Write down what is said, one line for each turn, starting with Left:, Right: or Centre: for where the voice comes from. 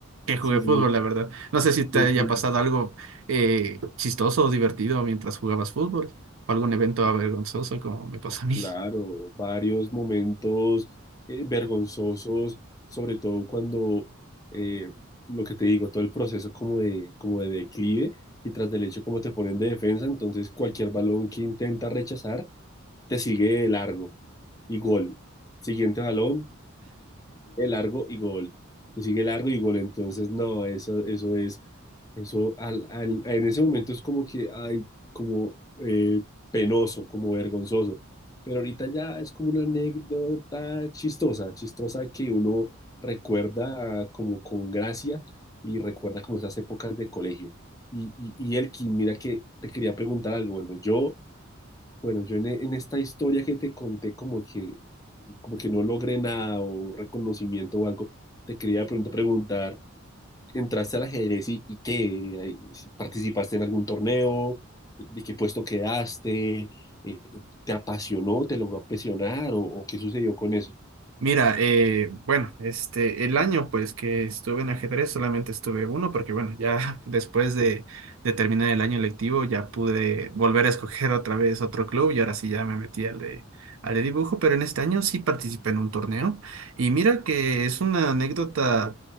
Right: que jugué
Left: Sí, sí,
Right: fútbol, la verdad. No sé si te
Left: sí.
Right: haya pasado algo eh, chistoso o divertido mientras jugabas fútbol o algún evento avergonzoso como me pasó a mí.
Left: Claro, varios momentos eh, vergonzosos, sobre todo cuando eh, lo que te digo, todo el proceso como de, como de declive y tras del hecho como te ponen de defensa, entonces cualquier balón que intenta rechazar te sigue de largo y gol. Siguiente balón, sigue largo y gol. Te sigue largo y gol. Entonces, no, eso, eso es, eso al- al- en ese momento es como que, ay, como eh, penoso, como vergonzoso. Pero ahorita ya es como una anécdota chistosa, chistosa que uno recuerda como con gracia y recuerda como esas épocas de colegio. Y, y, y Elkin, mira que te quería preguntar algo. Bueno, yo bueno, yo en, e- en esta historia que te conté como que, como que no logré nada o reconocimiento o algo, te quería de pronto preguntar, ¿entraste al ajedrez y, y qué? Ahí, si ¿Participaste en algún torneo? ¿De qué puesto quedaste? Eh, ¿Te apasionó? ¿Te logró apasionar? ¿O, o qué sucedió con eso?
Right: Mira, eh, bueno, este, el año pues que estuve en ajedrez solamente estuve uno porque bueno, ya <laughs> después de, de terminar el año lectivo ya pude volver a escoger otra vez otro club y ahora sí ya me metí al de, al de dibujo, pero en este año sí participé en un torneo y mira que es una anécdota,